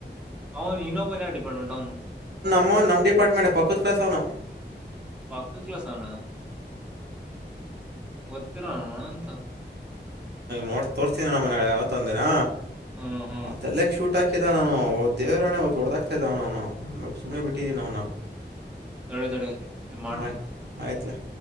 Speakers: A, in the centre; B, on the right.
A: ಅವೌನು ಇನ್ನೋಪನ್ಯ ಡಿಪಾರ್ಟ್ಮೆಂಟ್ ಅವನು
B: ಹ್ಮು ನಮ್ ಡಿಪಾರ್ಟ್ಮಂಟೆ ಪಕ್ಕದ್ ಕ್ಲಾಸ್ನವನು
A: ಪಕ್ಕದ್ ಕ್ಲಾಸ್ ಅವುನ ಗೊತ್ತಿರೋಣರಾಂತ
B: ನೋಡ್ ತೋ ರ್ಸುತಿನಿ ನಗಾ ನಮ್ಮ ಯಾವತ್ತಾ ಒಂದಿನ
A: ಹ್ಮ್ ಹ್ಮ್
B: ಮಾತೆ <unintelligible> ಸೂಟ್ ಹಾಕಿದ್ದೆ ನಾನು ದೇವರಾಣೆ ಅವತ್ ಹೊಡದಾಕ್ತಿದ್ದೆ ಅವನು ಸುಮ್ನೆ ಬಿಟ್ಟಿದಿನವನ್ನ
A: ತಡೆ
B: <inaudible>
A: ತಡೆ ಮಾಡ್ತೀನಿ
B: ಆಯ್ತು ಆಯ್ತ್ರಿ